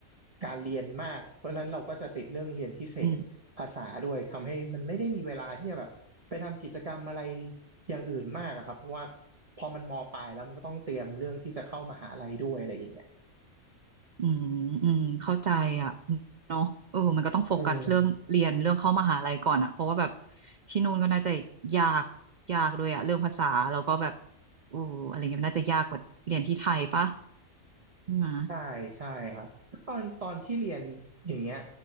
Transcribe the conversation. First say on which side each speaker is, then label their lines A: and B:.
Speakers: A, on the right; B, on the right.
A: การเรียนมากเพราะฉะนั้นเราก็จะติดเรื่องเรียนพิเศษภาษาด้วยทำให้มันไม่ได้มีเวลาที่จะแบบไปทำกิจกรรมอะไร
B: อืม
A: อย่างอื่นมากอะครับเพราะว่าพอมันมปลายแล้วมันก็ต้องเตรียมเรื่องที่จะเข้ามหาลัยด้วยอะไรอย่างเงี้ย
B: อืมอืมเข้าใจอ่ะเนาะเออมันก็ต้องโฟกัสเรื่องเรียนเรื่องเข้ามหาลัยก่อนอ่ะเพราะว่าแบบ
A: อืม
B: ที่นู่นก็น่าจะยากยากด้วยอ่ะเรื่องภาษาแล้วก็แบบอู้อะไรเงี้ยมันน่าจะยากกว่าเรียนที่ไทยปะใช่ไหม
A: ใช่ใช่ครับตอนตอนที่เรียนอย่างเงี้ย